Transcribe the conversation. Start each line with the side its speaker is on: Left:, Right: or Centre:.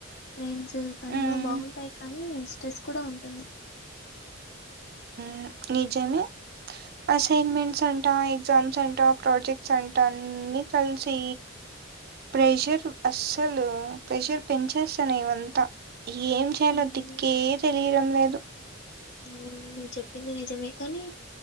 Left: ఫ్రెండ్స్ ఫోను
Right: మ్మ్
Left: బాగుంటాయి కానీ స్ట్రెస్ కూడా ఉంటుంది
Right: అ నిజమే అసైన్మెంట్స్ అంట ఎగ్జామ్స్ అంట ప్రాజెక్ట్స్ అంట అన్ని కలిసి ప్రెషర్ అస్సలు ప్రెషర్ పెంచేస్తున్నాయి ఇవంతా ఏం చేయాలో
Left: హ్మ్.
Right: దిక్కే తెలియడం లేదు
Left: హా నేను చెప్పింది నిజమే కానీ